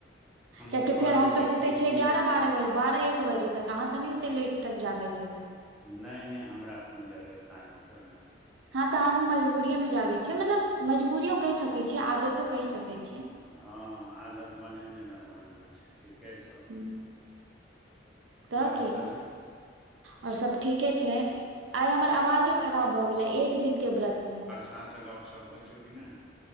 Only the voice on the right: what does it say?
कियैकि
हम
त सुतय
छियै ग्यारह
बारह बारह एक बजे तक अहाँ तऽ नै ओते लेट तक जागैत हेबै।
हँ, तऽ हमहूँ मजबूरीयेमे जागै छियै, मतलब मजबूरीयो कहि सकै छियै, आदतो कहि सकै छियै।
हूं तऽ
के
आओर सब ठीके छै, आइ हमर आवाजो खराब भऽ गेलै एक दिनके व्रतमे।